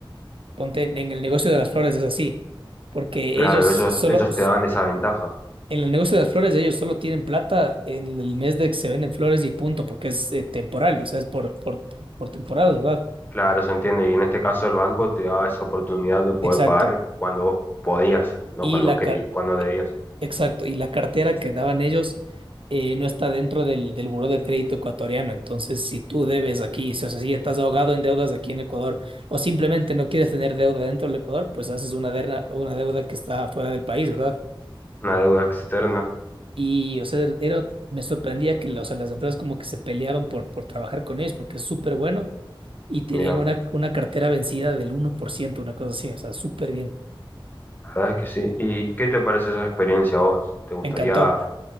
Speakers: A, on the right; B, on the left.
A: ponte en en el negocio de las flores es así, porque
B: Claro,
A: ellos solo,
B: ellos, ellos te dan esa ventaja.
A: en el negocio de las flores ellos solo tienen plata en el mes de que se venden flores y punto, porque es eh, temporal, o sea, es por, por, por temporada, ¿verdad?
B: Claro, se entiende. Y en este caso el banco te da esa oportunidad de poder
A: Exacto.
B: pagar cuando vos podías, no
A: y
B: cuando
A: la,
B: querí,
A: car-
B: cuando debías.
A: Exacto, y la cartera que daban ellos eh, no está dentro del, del buró de crédito ecuatoriano. Entonces, si tú debes aquí, si, o sea, si estás ahogado en deudas aquí en Ecuador o simplemente no quieres tener deuda dentro del Ecuador, pues haces una, derna- una deuda que está fuera del país, ¿verdad?
B: Una deuda externa.
A: Y, o sea, era, me sorprendía que o sea, las empresas como que se peleaban por, por trabajar con ellos porque es súper bueno y tenían
B: Mira,
A: una, una cartera vencida del uno por ciento una cosa así, o sea, súper bien.
B: la verdad es que sí. ¿Y qué te parece esa experiencia a vos? ¿Te gustaría
A: Me encantó.